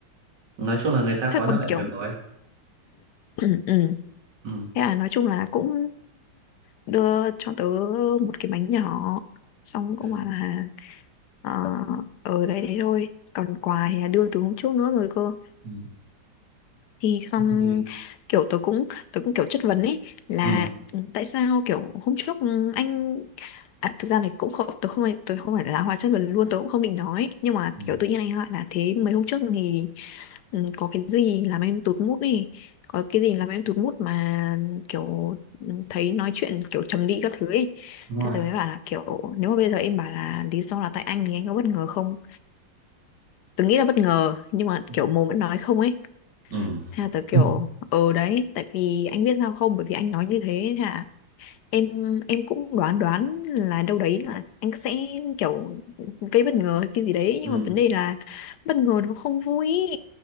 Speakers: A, on the right; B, on the left.
A: Nói chung là người ta
B: sao
A: có đợi
B: còn kiểu
A: được rồi.
B: <clears throat> ừ, ừ.
A: Ừ,
B: thế là nói chung là cũng đưa cho tớ một cái bánh nhỏ xong cũng
A: ừ,
B: bảo là ờ ở đấy đấy thôi còn quà thì là đưa từ hôm trước nữa rồi cơ
A: ừ.
B: thì xong
A: Thì-
B: kiểu tớ cũng tớ cũng kiểu chất vấn ấy là
A: Ừ,
B: ừ, tại sao kiểu hôm trước ừ, anh à, thực ra này cũng không tớ không phải tớ không phải là hóa chất vấn luôn tớ cũng không định nói nhưng mà
A: ừ,
B: kiểu tự nhiên anh hỏi là thế mấy hôm trước thì ừ, có cái gì làm em tụt mood đi có cái gì làm em tụt mood mà kiểu ừ, thấy nói chuyện kiểu trầm đi các thứ ấy
A: đúng rồi.
B: Thế tớ mới bảo là kiểu nếu mà bây giờ em bảo là lý do là tại anh thì anh có bất ngờ không tớ nghĩ là bất ngờ nhưng mà
A: Ừ,
B: kiểu mồm vẫn nói không ấy
A: ừ,
B: Thế là tớ kiểu
A: ừ.
B: ờ đấy tại vì anh biết sao không bởi vì anh nói như thế hả em em cũng đoán đoán là đâu đấy là anh sẽ kiểu gây bất ngờ hay cái gì đấy
A: ừ.
B: nhưng mà vấn đề là bất ngờ nó không vui